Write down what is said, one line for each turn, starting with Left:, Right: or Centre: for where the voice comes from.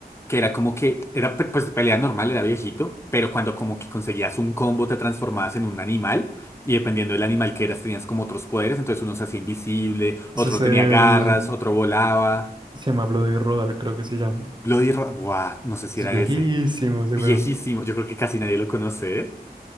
Left: que era como que, era pe- pues pelea normal, era viejito, pero cuando como que conseguías un combo te transformabas en un animal y dependiendo del animal que eras tenías como otros poderes, entonces uno se hacía invisible, otro
Right: Ese es
Left: tenía
Right: el...
Left: garras, otro volaba.
Right: Se llama Bloody Roar, creo que se llama.
Left: Bloody Ra... Buah, no sé si
Right: Es
Left: era
Right: viejísimo
Left: ese.
Right: ese
Left: Viejísimo,
Right: juego.
Left: yo creo que casi nadie lo conoce, ¿eh?